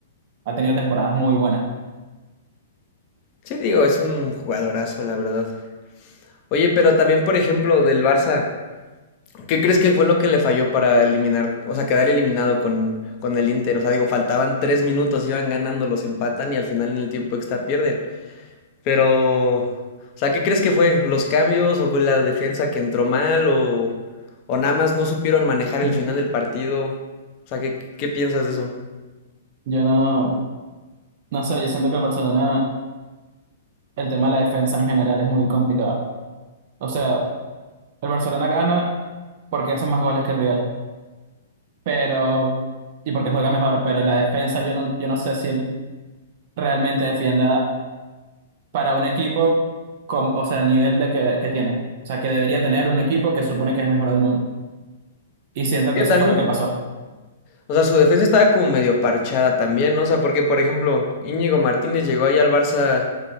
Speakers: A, on the right; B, on the left.
A: ha tenido temporadas muy buenas.
B: Sí, digo, es un jugadorazo, la verdad. Oye, pero también, por ejemplo, del Barça, ¿qué crees que fue lo que le falló para eliminar, o sea, quedar eliminado con, con el Inter? O sea, digo, faltaban tres minutos, iban ganando, los empatan y al final en el tiempo extra pierden. Pero, o sea, ¿qué crees que fue? ¿Los cambios o la defensa que entró mal o, o nada más no supieron manejar
A: <laughs>
B: el final del partido? O sea, ¿qué, qué piensas de eso?
A: Yo no, no sé, yo siento que el Barcelona, el tema de la defensa en general es muy complicado. O sea, el Barcelona gana porque hace más goles que el rival, pero, y porque juega mejor, pero la defensa yo no, yo no sé si él realmente defienda para un equipo, con, o sea, el nivel de que, que tiene. O sea, que debería tener un equipo que supone que es el mejor del mundo. Y siento que
B: Yo
A: eso
B: también,
A: fue lo que pasó.
B: o sea, su defensa estaba como medio parchada también, ¿no? O sea, porque, por ejemplo, Íñigo Martínez llegó ahí al Barça